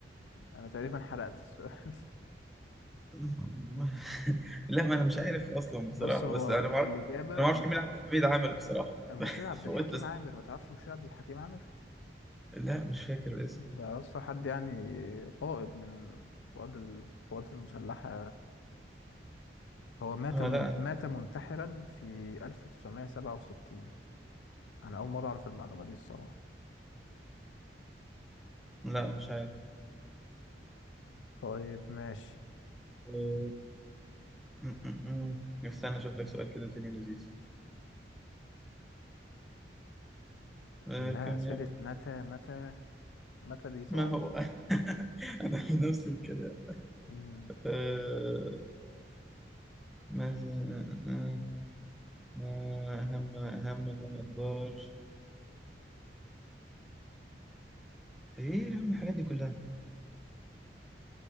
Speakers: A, on the left; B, in the centre.
A: انا تقريبا حرقت السؤال
B: <laughs> لا ما أنا مش عارف أصلا
A: <laughs>
B: بصراحة
A: بص هو
B: بس أنا ما أعرفش
A: الإجابة
B: أنا ما أعرفش مين عبد الحميد عامل بصراحة
A: المشير
B: <laughs>
A: عبد
B: فقلت
A: الحكيم
B: بس
A: عامر ما تعرفش المشير عبد الحكيم عامر
B: لا مش فاكر الاسم
A: ده اصلا حد يعني قائد من قواد القوات المسلحة هو مات
B: آه
A: من...
B: لا
A: مات منتحرا في 1967 انا اول مرة اعرف المعلومة دي الصراحة
B: لا مش عارف
A: طيب ماشي
B: ممكن. م- م- م. استنى اشوف لك سؤال كده تاني لذيذ آه،
A: كلها
B: كم
A: اسئلة
B: يا
A: متى متى متى دي صعبة
B: ما هو <laughs> انا في نفس الكلام
A: مم.
B: آه، ماذا آه، آه، آه، اهم اهم ما اقدر ايه يا عم الحاجات دي كلها